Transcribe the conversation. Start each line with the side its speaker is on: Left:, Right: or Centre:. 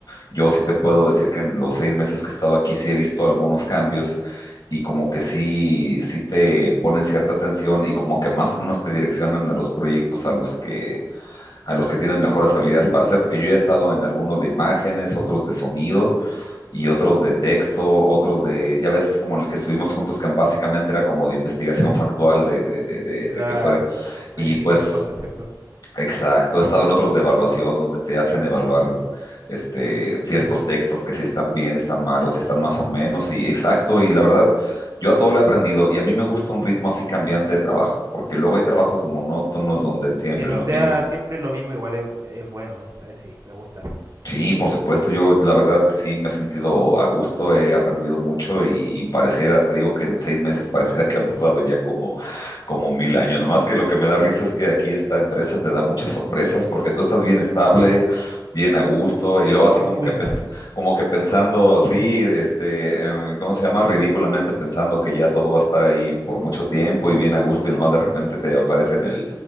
Left: Yo sí te puedo decir que en los seis meses que he estado aquí sí he visto algunos cambios y como que sí, sí te ponen cierta atención y como que más o menos te direccionan a los proyectos a los que a los que tienen mejores habilidades para hacer, porque yo ya he estado en algunos de imágenes, otros de sonido y otros de texto, otros de, ya ves, como en el que estuvimos juntos, que básicamente era como de investigación factual de, de, de, de,
Right: Claro,
Left: de que fueran.
Right: verificar
Left: Y pues,
Right: cosas, ¿cierto?
Left: exacto, he estado en otros de evaluación, donde te hacen evaluar este, ciertos textos que si están bien, están malos,
Right: Entendible,
Left: si están más o menos,
Right: sí.
Left: y exacto, y la verdad... Yo a todo le he aprendido y a mí me gusta un ritmo así cambiante de trabajo, porque luego hay trabajos monótonos
Right: Mm,
Left: donde siempre
Right: Que no
Left: lo
Right: sea
Left: mismo,
Right: siempre lo mismo, igual es, es bueno, eh, sí, me gusta.
Left: Sí, por supuesto, yo la verdad sí me he sentido a gusto, he aprendido mucho y, y pareciera, te digo que en seis meses pareciera que han pasado ya como, como mil años. Nomás que lo que me da risa es que aquí esta empresa te da muchas sorpresas porque tú estás bien estable, bien a gusto y luego así
Right: <laughs> y
Left: como
Right: pum.
Left: que, pens- como que pensando, sí, este, eh, ¿cómo se llama? Ridículamente pensando que ya todo va a estar ahí por mucho tiempo y bien a gusto y nomás de repente te aparece en el,